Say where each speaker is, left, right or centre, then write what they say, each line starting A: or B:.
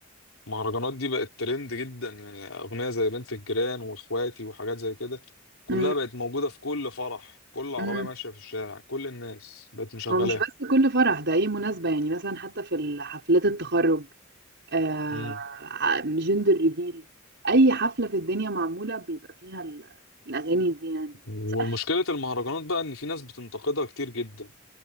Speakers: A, on the left (about 75°); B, on the right (about 55°).
A: المهرجانات دي بقت ترند جدا يعني اغنيه زي بنت الجيران واخواتي وحاجات زي كده كلها
B: امم
A: بقت موجوده في كل فرح كل عربيه
B: امم
A: ماشيه في الشارع كل الناس بقت مشغلاها
B: هو مش بس كل فرح ده اي مناسبه يعني مثلا حتى في حفلات التخرج آه
A: مم.
B: جندر ريفيل اي حفله في الدنيا معموله بيبقى فيها ال- الاغاني دي يعني
A: ومشكلة
B: صراحة
A: المهرجانات بقى إن في ناس بتنتقدها كتير جدا